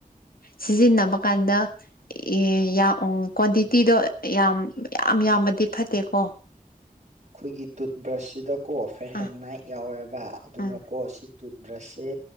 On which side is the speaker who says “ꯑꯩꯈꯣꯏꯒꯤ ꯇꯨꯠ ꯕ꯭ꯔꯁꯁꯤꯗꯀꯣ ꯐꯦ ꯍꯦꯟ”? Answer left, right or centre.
Right